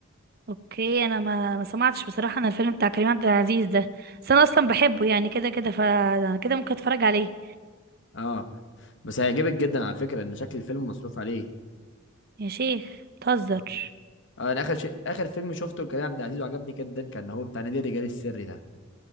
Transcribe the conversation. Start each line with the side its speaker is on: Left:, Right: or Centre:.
Right: اوكي انا ما ما سمعتش بصراحه عن الفيلم بتاع كريم عبد العزيز ده بس انا اصلا بحبه يعني كده كده فانا كده ممكن اتفرج عليه
Left: اه بس هيعجبك جدا على فكرة إن شكل الفيلم مصروف عليه
Right: يا شيخ بتهزر
Left: اه آه، أنا آخر شيء آخر فيلم شفته لكريم عبد العزيز وعجبني جدا كان هو بتاع نادي الرجال السري ده